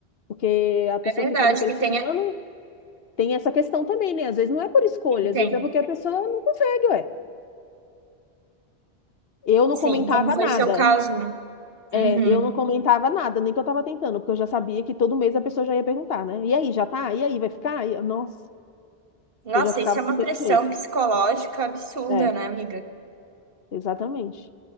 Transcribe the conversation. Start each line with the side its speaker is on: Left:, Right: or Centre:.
Left: Porque a pessoa
Right: É verdade
Left: fica ali pressionando,
Right: que tem,
Left: tem essa questão também, né? Às vezes não é por escolha, às
Right: tem.
Left: vezes é porque a pessoa não consegue, ué. Eu não comentava
Right: Sim, como foi
Left: nada.
Right: o seu caso, né?
Left: É,
Right: Uhum.
Left: eu não comentava nada, nem que eu tava tentando, porque eu já sabia que todo mês a pessoa já ia perguntar, né? E aí, já tá? E aí, vai ficar? E- Nossa,
Right: Nossa,
Left: eu já ficava
Right: isso é uma
Left: daquele
Right: pressão
Left: jeito.
Right: psicológica absurda,
Left: É.
Right: né, amiga?
Left: Exatamente.